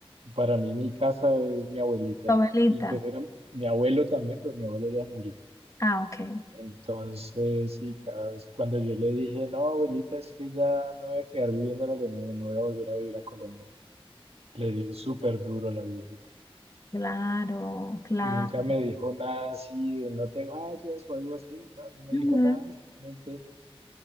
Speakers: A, on the right; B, on the left.
A: Para mí mi casa es mi abuelita
B: tu abuelita.
A: y pues era mi abuelo también, pero mi abuelo ya murió.
B: Ah, ok.
A: Entonces, sí, cada vez cuando yo le dije, no, abuelita, es que ya me voy a quedar viviendo en Alemania, no voy a volver a vivir a Colombia, le dio súper duro a la viejita.
B: Claro, claro.
A: Nunca me dijo nada así de no te vayas o algo así, no, no me
B: Ujú.
A: dijo nada, simplemente